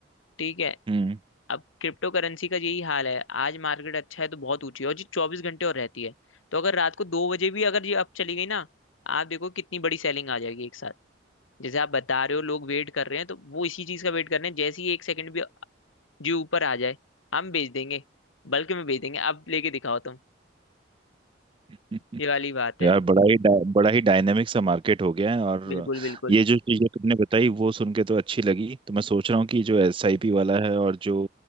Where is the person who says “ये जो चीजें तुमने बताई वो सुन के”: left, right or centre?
Right